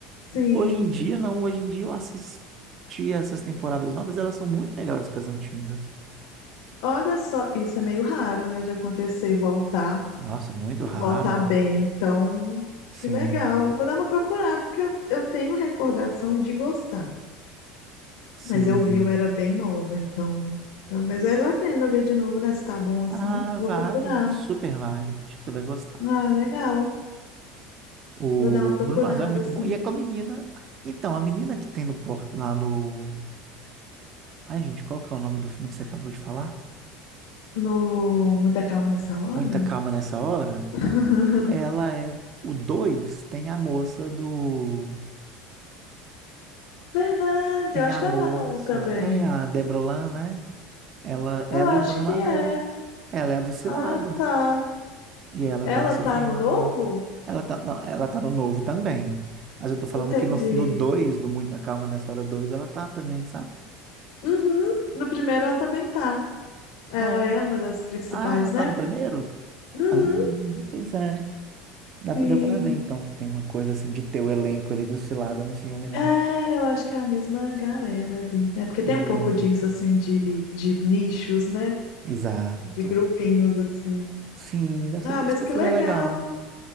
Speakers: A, on the left; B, on the right.
A: sim.
B: Hoje em dia, não. Hoje em dia eu assisti essas temporadas novas, elas são muito melhores que as antigas.
A: Olha só, isso é meio raro, né, de acontecer, voltar
B: Nossa, muito
A: e
B: raro.
A: voltar bem. Então,
B: Sim,
A: que legal. Vou dar uma procurada, porque eu, eu tenho recordação de gostar.
B: sim.
A: Mas eu vi, eu era bem nova, então. Então, mas vale a pena ver de novo, né? Se tá bom assim,
B: Ah,
A: vou
B: vale.
A: procurar.
B: Super vale. Acho que você vai gostar.
A: Ah, legal.
B: O
A: Vou dar uma procurada,
B: Bruno Mars é muito
A: assim.
B: bom. E é com a menina. Então, a menina que tem no porto lá no. Ai, gente, qual que é o nome do filme que você acabou de falar?
A: No Muita Calma Nessa Hora?
B: Muita calma nessa hora.
A: <laughs>
B: Ela é. O 2 tem a moça do.
A: Verdade,
B: Tem
A: eu acho
B: a
A: que
B: moça.
A: ela tá no um também.
B: É a Deborah Lan, né? Ela, ela
A: Eu acho
B: e o Bruno
A: que
B: Mazel.
A: é.
B: Ela é a Dulcilada.
A: Ah, tá.
B: E ela
A: Ela
B: tá nesse
A: tá
B: filme.
A: no novo?
B: Ela tá, não, ela tá no novo também. Mas eu tô falando
A: Entendi.
B: que no, no 2 do Muita Calma, nessa hora 2 ela tá também, sabe?
A: Uhum, no primeiro ela também tá. Ela
B: É.
A: é uma das principais,
B: Ah, ela
A: né?
B: tá no primeiro?
A: Uhum.
B: Ah, pois é. Dá,
A: Sim.
B: pra- deu pra ver, então, que tem uma coisa assim de ter o elenco ali Dulcilada no filme, né?
A: É, eu acho que é a mesma galera ali, né? Porque
B: E...
A: tem um pouco disso, assim, de, de nichos, né?
B: Exato.
A: De grupinhos, assim.
B: Sim, deve
A: Ah,
B: ser por
A: mas
B: isso que
A: que
B: o filme
A: legal.
B: é legal.